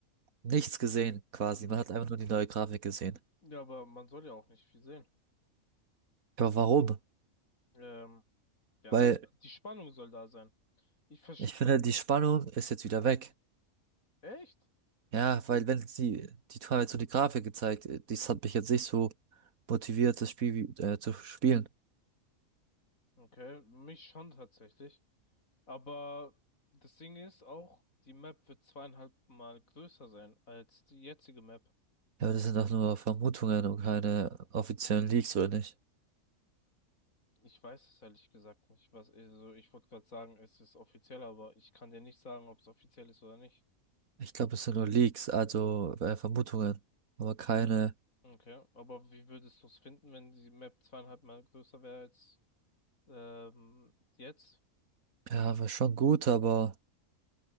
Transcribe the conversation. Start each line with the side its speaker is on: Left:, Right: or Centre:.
Right: nichts gesehen quasi.
Left: Mhm.
Right: Man hat einfach nur die neue Grafik gesehen.
Left: Ja, aber man soll ja auch nicht viel sehen.
Right: Aber warum?
Left: Ähm, ja,
Right: Weil
Left: also die Spannung soll da sein. Ich verstehe.
Right: ich finde, die Spannung ist jetzt wieder weg.
Left: Echt?
Right: Ja, weil wenn sie, die haben jetzt so die Grafik gezeigt, äh, das hat mich jetzt nicht so motiviert, das Spiel wie- äh, zu spielen.
Left: Okay, mich schon tatsächlich. Aber das Ding ist auch, die Map wird zweieinhalb Mal größer sein als die jetzige Map.
Right: Ja, aber das sind doch nur Vermutungen und keine offiziellen Leaks, oder nicht?
Left: Ich weiß es ehrlich gesagt nicht, was, also ich wollte gerade sagen, es ist offiziell, aber ich kann dir nicht sagen, ob es offiziell ist oder nicht.
Right: Ich glaube, es sind nur Leaks, also äh, Vermutungen, aber keine,
Left: Okay, aber wie würdest du es finden, wenn die Map zweieinhalb Mal größer wäre als ähm, jetzt?
Right: ja, war schon gut, aber